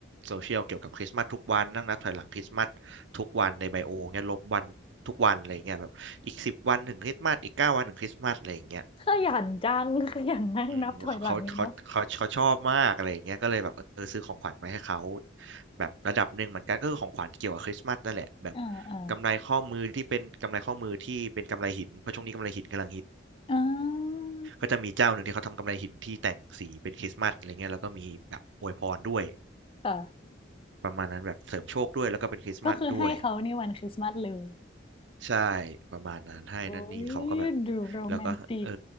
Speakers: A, on the right (about 70°); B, on the left (about 30°).
A: โซเชียลเกี่ยวกับคริสต์มาสทุกวันนั่งนับถอยหลังคริสต์มาสทุกวันในไบโอเงี้ยลบวันทุกวันอะไรอย่างเงี้ยแบบอีกสิบวันถึงคริสต์มาสอีกเก้าวันถึงคริสต์มาสอะไรอย่างเงี้ย
B: ขยันจัง <laughs> ขยันนั่งนับถอยหลังเลยเนาะ
A: อืมเขาเขาเขาเขาเขาชอบมากอะไรอย่างเงี้ยก็เลยแบบเออซื้อของขวัญมาให้เขาแบบระดับหนึ่งเหมือนกันก็คือของขวัญเกี่ยวกับคริสต์มาสนั่นแหละแบบ
B: อ่าอ่า
A: กำไรข้อมือที่เป็นกำไรข้อมือที่เป็นกำไรหินเพราะช่วงนี้กำไรหินกำลังฮิต
B: อ่า
A: ก็จะมีเจ้าหนึ่งที่เขาทำกำไรหินที่แต่งสีเป็นคริสต์มาสอะไรเงี้ยแล้วก็มีแบบอวยพรด้วย
B: ค่ะ
A: ประมาณนั้นแบบเสริมโชคด้วยแล้วก็เป็นคริสต์มาสด้วย
B: ก็คือให้เขาในวันคริสต์มาสเลย
A: ใช่ประมาณนั้นให้นั่นนี่เขาก็แบบ
B: โอ้ย ดูโรแมนติก
A: แล้วก็เออ